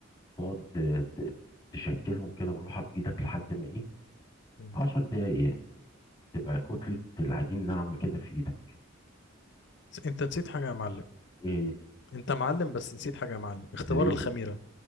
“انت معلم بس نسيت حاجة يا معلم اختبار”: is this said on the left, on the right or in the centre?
Left